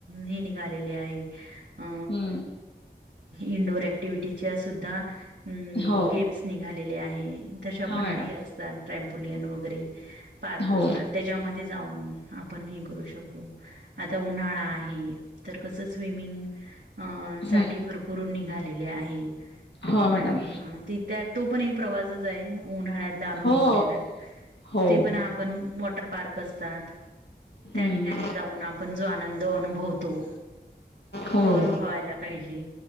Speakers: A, on the right; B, on the left.
A: हे निघालेले आहे अ
B: हम्म
A: इंडोअर ऍक्टिवटीच्या सुद्धा गेम्स
B: हो
A: निघाल्या निघालेल्या आहे तशापण
B: हो मॅडम
A: रियशदा त्रंपोलीयन वैगेरे कसत
B: हो
A: त्याच्यामध्ये जाऊन आपण हे करू शकलो आता उन्हाळा आहे तर कसं स्विमिंग अ
B: हम्म
A: साठी भरपूरून निघालेले आहे
B: हो
A: ह्
B: मॅडम
A: हा त त्या तो पण एक प्रवासच आहे उन्हाळ्यातला अनुभवलेलं
B: हो हो
A: ते पण वॉटर पार्क असतात
B: हम्म
A: त्या ठिकाणी जाऊन आपण जो आनंद अनुभवतो,
B: हो.
A: तो अनुभवायला पाहिजे.